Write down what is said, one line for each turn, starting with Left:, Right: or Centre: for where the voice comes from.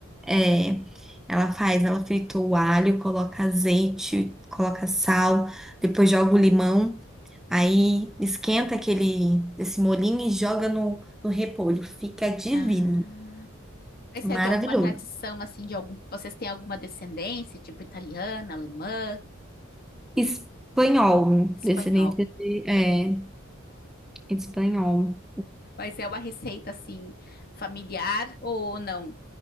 Centre: É, ela faz, ela frita o alho, coloca azeite, coloca sal, depois joga o limão. Aí esquenta aquele esse molinho e joga no, no repolho. Fica divino,
Left: Ah, mas
Centre: maravilhoso.
Left: é de alguma tradição, assim, de algum... Vocês têm alguma descendência, tipo italiana, alemã,
Centre: Espanhol,
Left: espanhol?
Centre: descendente de, é, espanhol.
Left: Mas é uma receita, assim, familiar ou não?